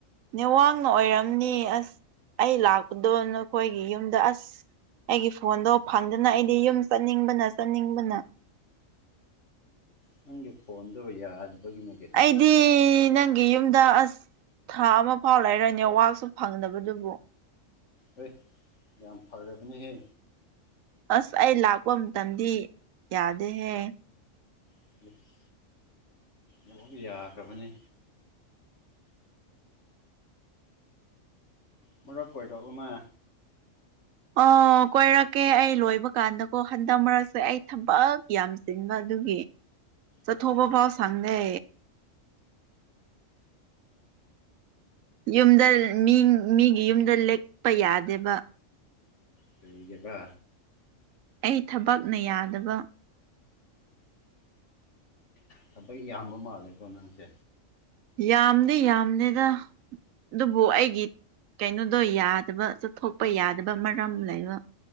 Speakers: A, on the right; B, on the left.
A: ꯅꯦꯋꯥꯡꯅ ꯑꯣꯏꯔꯝꯅꯤ ꯑꯁ ꯑꯩ ꯂꯥꯛꯄꯗꯣ ꯅꯈꯣꯏꯒꯤ ꯌꯨꯝꯗ ꯑꯁ ꯑꯩꯒꯤ ꯐꯣꯟꯗꯣ ꯐꯪꯗꯅ ꯑꯩꯗꯤ ꯌꯨꯝ ꯆꯠꯅꯤꯡꯕꯅ ꯆꯠꯅꯤꯡꯕꯅ
B: ꯅꯪꯒꯤ ꯐꯣꯟꯗꯣ ꯌꯥꯗꯕꯒꯤꯅꯦ ꯀꯩꯅꯣ
A: ꯑꯩꯗꯤ ꯗꯤ ꯅꯪꯒꯤ ꯌꯨꯝꯗ ꯑꯁ ꯊꯥ ꯑꯃ ꯐꯥꯎ ꯂꯩꯔꯣꯏ ꯅꯦꯠꯋꯥꯛꯁꯨ ꯐꯪꯗꯕꯗꯨꯕꯨ
B: ꯑꯩ ꯌꯥꯝ ꯐꯔꯕꯅꯦꯍꯦ
A: ꯑꯁ ꯑꯩ ꯂꯥꯛꯄ ꯃꯇꯝꯗꯤ ꯌꯥꯗꯦꯍꯦ
B: <unintelligible> <inaudible> ꯌꯥꯈ꯭ꯔꯕꯅꯦ ꯑꯃꯨꯔꯛ ꯀꯣꯏꯔꯛ ꯎꯅ
A: ꯑꯣ ꯀꯣꯏꯔꯛꯀꯦ ꯑꯩ ꯂꯣꯏꯕ ꯀꯥꯟꯗ ꯑꯣ ꯍꯟꯗꯛ ꯃꯔꯛꯁꯦ ꯑꯩ ꯊꯕꯛ ꯌꯥꯝ ꯆꯤꯟꯕ ꯑꯗꯨꯒꯤ ꯆꯠꯊꯣꯛꯕ
B: ꯑꯣ
A: ꯐꯥꯎ ꯐꯪꯗꯦ ꯌꯨꯝꯗ ꯃꯤ ꯃꯤꯒꯤ ꯌꯨꯝꯗ ꯂꯦꯛꯄ ꯌꯥꯗꯦꯕ
B: ꯀꯩꯑꯕ
A: ꯑꯩ ꯊꯕꯛꯅ ꯌꯥꯗꯕ
B: ꯊꯕꯛ ꯌꯥꯝꯕ ꯃꯥꯜꯂꯦꯀꯣ ꯅꯪꯁꯦ
A: ꯌꯥꯝꯗꯤ ꯌꯥꯝꯗꯦꯗ ꯑꯗꯨꯕꯨ ꯑꯩꯒꯤ ꯀꯩꯅꯣ ꯑꯗꯣ ꯌꯥꯗꯕ ꯆꯠꯊꯣꯛꯄ ꯌꯥꯗꯕ ꯃꯔꯝ ꯂꯩꯕ